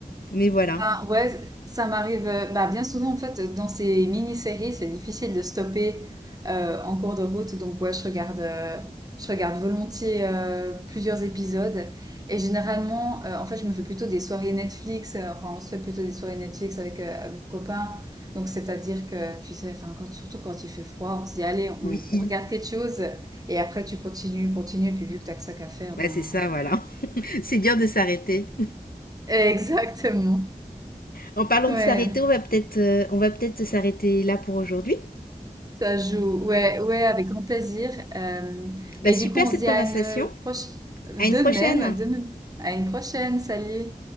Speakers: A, on the left; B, on the right.
A: mais voilà.
B: Ben ouais, c- ça m'arrive euh, bah, bien souvent en fait dans ces mini-séries, c'est difficile de stopper euh, en cours de route. Donc ouais, je regarde euh, je regarde volontiers euh, plusieurs épisodes et généralement euh, en fait, je me fais plutôt des soirées Netflix, euh, enfin on se fait plutôt des soirées Netflix avec euh, mon copain. Donc c'est-à-dire que tu sais enfin quand, surtout quand il fait froid, on se dit allez, on,
A: Oui,
B: on regarde quelque chose et après tu continues, continues puis vu que t'as que ça qu'à faire
A: bah
B: ben
A: c'est ça, voilà. <laughs> C'est dur de s'arrêter.
B: exactement.
A: En parlant
B: Ouais.
A: de s'arrêter, on va peut-être euh, on va peut-être s'arrêter là pour aujourd'hui.
B: Ça joue, ouais, ouais, avec grand plaisir. Euh,
A: Bah
B: et
A: super
B: du coup, on
A: cette
B: se dit
A: conversation.
B: à une proche, de
A: À une prochaine.
B: même, de même, à une prochaine, salut.